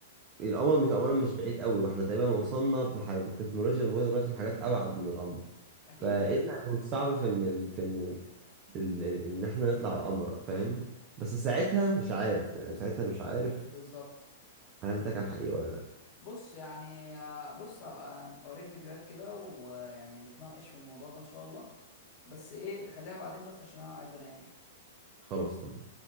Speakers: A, on the right (about 30°); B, on the left (about 35°).
A: القمر مش اولا مش بعيد قوي واحنا تقريبا وصلنا بحاجة بالتكنولوجيا اللي موجوده دلوقتي بحاجات ابعد من القمر
B: اكيد
A: فايه اللي هيكون صعب في ان ال... في ان ال... ال- ان احنا نطلع على القمر فاهم بس ساعتها مش عارف يعني ساعتها مش عارف
B: بالظبط
A: هل ده كان حقيقي ولا لا
B: بص يعني آه، بص هبقى اوريك فيديوهات كده ويعني نتناقش في الموضوع ده ان شاء الله بس ايه خليها بعدين بس عشان انا عايز انام يعني
A: خلاص تمام